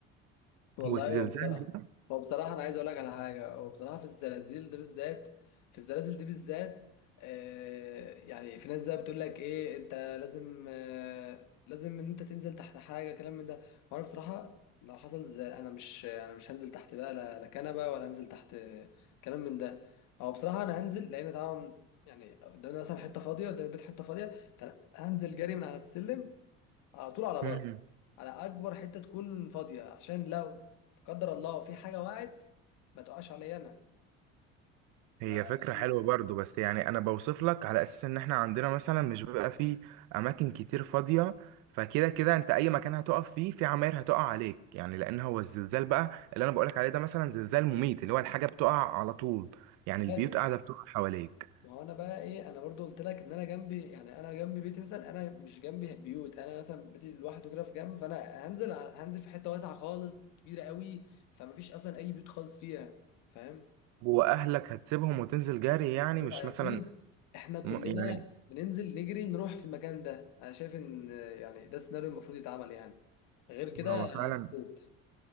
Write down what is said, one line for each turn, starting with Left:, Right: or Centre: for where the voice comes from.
Left: والله
Right: والزلزال
Left: هو بصراحة هو بصراحة أنا عايز أقول لك على حاجة هو بصراحة في الزلازل ده بالذات في الزلازل دي بالذات آه يعني في ناس زي بتقول لك إيه أنت لازم آه لازم إن أنت تنزل تحت حاجة كلام من ده وأنا بصراحة لو حصل زي أنا مش أنا مش هنزل تحت بقى لا لا كنبة ولا هنزل تحت آه، كلام من ده هو بصراحة أنا هنزل لأن طبعا يعني قدامنا مثلا حتة فاضية قدام البيت حتة فاضية فأنا هنزل جري من على السلم على طول على بره
Right: مم.
Left: على اكبر حته تكون فاضيه عشان لو لا قدر الله في حاجه وقعت ما تقعش عليا انا ما
Right: هي فكرة
Left: <laughs>
Right: حلوة برضو بس يعني أنا بوصف لك على أساس إن إحنا عندنا مثلا مش بيبقى فيه أماكن كتير فاضية فكده كده أنت أي مكان هتقف فيه في عماير هتقع عليك يعني لأن هو الزلزال بقى اللي أنا بقولك عليه ده مثلا زلزال مميت اللي هو الحاجة بتقع على طول يعني
Left: حلو
Right: البيوت قاعدة بتقع حواليك
Left: ما هو انا بقى ايه انا برضو قلت لك ان انا جنبي يعني انا جنبي بيتي مثلا انا مش جنبي بيوت انا مثلا بيتي لوحده كده في جنب فانا هنزل على- هنزل في حته واسعه خالص كبيره قوي فما فيش اصلا اي بيوت خالص فيها فاهم
Right: وأهلك هتسيبهم وتنزل جري يعني
Left: هو
Right: مش
Left: اكيد
Right: مثلا
Left: احنا كلنا
Right: م- يعني
Left: بننزل نجري نروح في المكان ده انا شايف ان يعني ده السيناريو المفروض يتعمل يعني غير كده
Right: هو فعلا
Left: هتموت